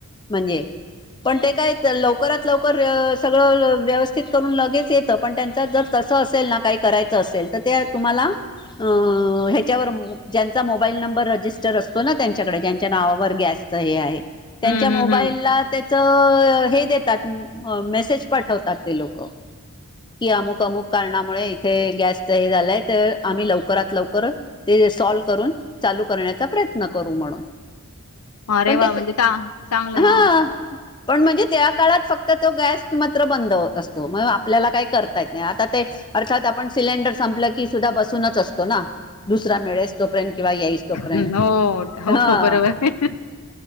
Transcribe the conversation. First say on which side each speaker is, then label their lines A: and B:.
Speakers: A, on the left (about 20°); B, on the left (about 80°).
A: म्हणजे पण ते काय लवकरात लवकर सगळं व्यवस्थित करून लगेच येतं, पण त्यांचं जर तसं असेल ना, काही करायचं असेल तर त्या तुम्हाला अ ह्याच्यावर मो ज्यांचा मोबाईल नंबर रजिस्टर असतो ना, त्यांच्याकडे ज्यांच्या नावावर गॅस चा हे आहे, त्यांच्या
B: हम्म हम्म
A: मोबाईलला
B: हम्म
A: त्याच हे देतात. मेसेज पाठवतात ते लोक. कि अमुक, अमुल, कारणामुळे इथे गॅसच हे झालाय, तर आम्ही लवकरात लवकर ते सॉल्व करून, चालू करण्याचा प्रयत्न करू म्हाणून.
B: अरे
A: पण
B: वा
A: ते,
B: म्हणजे चांगलंय
A: ही.
B: हा
A: पण म्हणजे त्या काळात फक्त आता तो गॅस मात्र बंद असतो. मग आपल्याला काही करता येत नाहीत. आता ते अर्थात आपण सिलेंडर संपलं की सुद्धा बसूनच असतो ना. दुसरा मेळेस तोपर्यंत किंवा येईस तोपर्यंत.
B: हो
A: हा.
B: हो बरोबर आहे